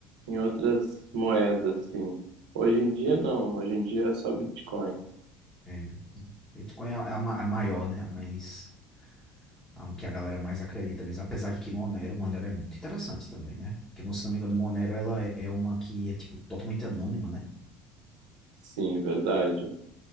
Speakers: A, on the right; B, on the left.
A: em outras moedas, sim. Hoje em dia não, hoje em dia é só Bitcoin.
B: É, Bitcoin é a, é ma- a maior, né? A mais Ah, O que a galera mais acredita mesmo. Apesar de que Monero, Monero é muito interessante também, né? Porque, se não me engano, Monero ela é é uma que é, tipo, totalmente anônima, né?
A: Sim, verdade.